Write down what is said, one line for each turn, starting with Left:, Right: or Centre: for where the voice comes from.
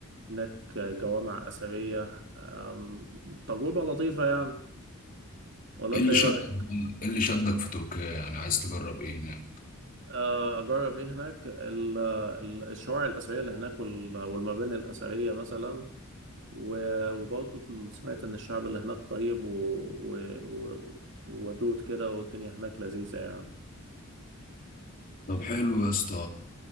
Right: هناك آه، جوامع أثرية آم، تجربة لطيفة يعني ولا
Left: ايه
Right: أنت
Left: اللي
Right: إيه
Left: شدك
Right: رأيك؟
Left: ايه اللي شدك في تركيا يعني عايز تجرب ايه هناك
Right: آه، أجرب إيه هناك؟ ال- ال- الشوارع الأثرية اللي هناك وال- والمباني الأثرية مثلا و- وبرضه سمعت إن الشعب اللي هناك طيب و- و- و- وودود كده والدنيا هناك لذيذة يعني
Left: طب حلو يا اسطى